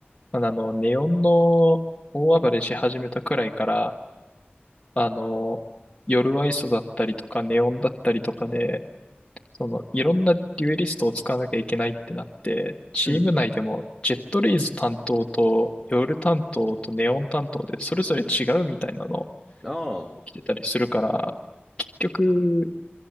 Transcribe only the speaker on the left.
あの、ネオンの大暴れし始めたくらいから、あの、夜アイソだったりとかネオンだったりとかで、その、いろんなデュエリストを使わなきゃいけないってなって、チーム内でもジェットレイズ担当とヨル担当とネオン担当でそれぞれ違うみたいなの
起きてたりするから、結局、